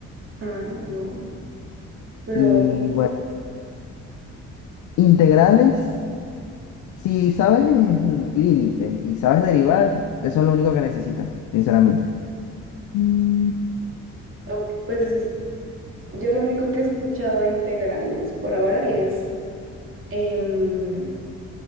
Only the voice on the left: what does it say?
Y
bueno, integrales, si sabes mm, límites y sabes derivar, eso es lo único que necesitas, sinceramente. Mm.